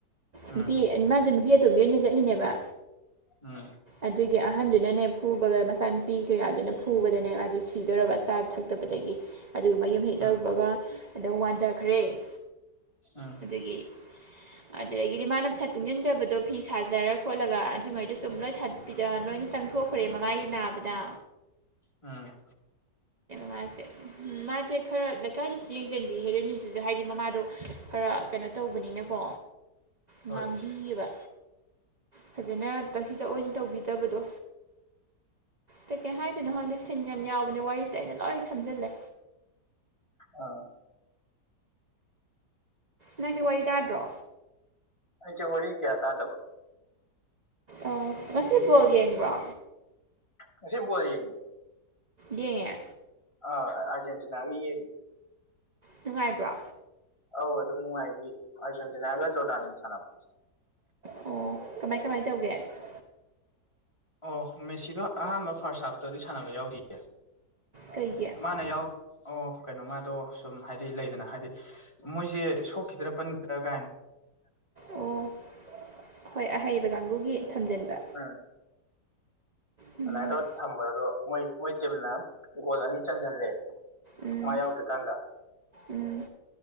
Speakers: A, on the left (about 20°); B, on the right (about 40°).
A: ꯎꯝ
B: ꯅꯨꯄꯤ ꯃꯥꯗꯤ ꯅꯨꯄꯤ ꯑꯇꯣꯝ ꯕꯤꯑꯣꯏꯅ ꯆꯠꯂꯤꯅꯦꯕ
A: ꯎꯝ
B: ꯑꯗꯨꯒꯤ ꯑꯍꯟꯗꯨꯅꯅꯦ ꯐꯨꯕꯒ ꯃꯆꯥꯅꯨꯄꯤ ꯀꯩꯀꯥꯗꯨꯅ ꯐꯨꯕꯗꯅꯦ ꯃꯥꯗꯨ ꯁꯤꯗꯣꯔꯥꯕ ꯆꯥ ꯗ ꯐꯛꯇꯕꯗꯒꯤ ꯑꯗꯨꯒ ꯌꯨꯝ ꯍꯦꯛ
A: ꯎꯝ
B: ꯇꯔꯕꯒ ꯑꯗꯨꯝ ꯋꯥꯟꯊꯈ꯭ꯔꯦ
A: ꯎꯝ
B: ꯑꯗꯒꯤ ꯑꯗꯨꯗꯒꯤꯗꯤ ꯃꯥꯅ ꯄꯩꯁꯥ ꯇꯨꯡꯁꯤꯟꯖꯕꯗꯣ ꯐꯤ ꯁꯥꯖꯔ ꯈꯣꯠꯂꯒ ꯑꯗꯨꯉꯩꯗꯣ ꯁꯨꯝ ꯂꯣꯏ ꯄꯤꯗ ꯂꯣꯏꯅ ꯆꯪꯊꯣꯛꯈ꯭ꯔꯦ ꯃꯃꯥꯒꯤ ꯅꯥꯕꯗ
A: ꯎꯝ
B: ꯃꯥꯁꯦ ꯃꯥꯁꯦ ꯈꯔ ꯏ ꯀꯥꯏꯅꯁꯨ ꯌꯦꯡꯁꯤꯟꯕꯤ ꯍꯦꯔꯣꯏꯅꯤ ꯁꯤꯁꯨ ꯍꯥꯏꯗꯤ ꯃꯃꯥꯗꯣ ꯈꯔ ꯀꯩꯅꯣ ꯇꯧꯕꯅꯤꯅꯀꯣ
A: ꯍꯣꯏ
B: ꯉꯥꯡꯕꯤꯌꯦꯕ ꯐꯖꯅ ꯇꯊꯥ ꯇ ꯑꯣꯏꯅ ꯇꯧꯕꯤꯗꯕꯗꯣ ꯀꯩꯀꯩ ꯍꯥꯏꯗꯨꯅꯣ ꯈꯪꯗꯦ ꯁꯤꯟ ꯌꯥꯝ ꯌꯥꯎꯕꯅꯦ ꯋꯥꯔꯤꯁꯦ ꯑꯩꯅ ꯂꯣꯏ ꯁꯝꯖꯜꯂꯦ
A: ꯑꯥ
B: ꯅꯪꯗꯤ ꯋꯥꯔꯤ ꯇꯗ꯭ꯔꯣ
A: ꯑꯩꯁꯦ ꯋꯥꯔꯤ ꯀꯌꯥ ꯇꯥꯗꯕ
B: ꯑꯣ ꯉꯁꯤ ꯕꯣꯜ ꯌꯦꯡꯕ꯭ꯔꯣ
A: ꯉꯁꯤ ꯕꯣꯜ ꯌꯦꯡ
B: ꯌꯦꯡꯉꯦ
A: ꯑ ꯑꯔꯖꯦꯟꯇꯤꯅꯥꯒꯤ ꯌꯦꯡꯉꯦ
B: ꯅꯨꯡꯉꯥꯏꯕ꯭ꯔꯥ
A: ꯑꯧ ꯑꯗꯨꯝ ꯅꯨꯡꯉꯥꯏꯈꯤ ꯑꯥꯔꯖꯦꯟꯇꯤꯅꯥꯒ ꯖꯣꯔꯗꯥꯟꯒ ꯁꯥꯟꯅꯕ
B: ꯑꯣ ꯀꯃꯥꯏ ꯀꯃꯥꯏ ꯇꯧꯒꯦ
A: ꯑꯣ ꯃꯦꯁꯤꯗꯣ ꯑꯍꯥꯟꯕ ꯐꯥꯔꯁ ꯍꯥꯞꯇꯗꯤ ꯁꯥꯟꯅꯕ ꯌꯥꯎꯗꯌꯦ
B: ꯀꯩꯒꯤ
A: ꯃꯥꯅ ꯌꯥꯎ ꯑꯣ ꯀꯩꯅꯣꯃꯗꯣ ꯁꯨꯝ ꯍꯥꯏꯗꯤ ꯂꯩꯗꯅ ꯍꯥꯏꯗꯤ ꯃꯣꯏꯁꯦ ꯁꯣꯛꯈꯤꯗ꯭ꯔꯥ ꯄꯟꯈꯤꯗ꯭ꯔꯥ ꯀꯥꯏꯅ
B: ꯑꯣ ꯍꯣꯏ ꯑꯍꯩꯕ ꯀꯥꯡꯕꯨꯒꯤ ꯊꯝꯖꯤꯟꯕ
A: ꯑꯥ
B: ꯎꯝ
A: ꯑꯥꯏ ꯇꯧꯔ ꯊꯝꯕꯗꯣ ꯃꯣꯏ ꯃꯣꯏ ꯇꯤꯝꯅ ꯒꯣꯜ ꯑꯅꯤ ꯆꯟꯁꯤꯜꯂꯦ
B: ꯎꯝ
A: ꯃꯥ ꯌꯥꯎꯗ꯭꯭ꯔꯀꯥꯟꯗ
B: ꯎꯝ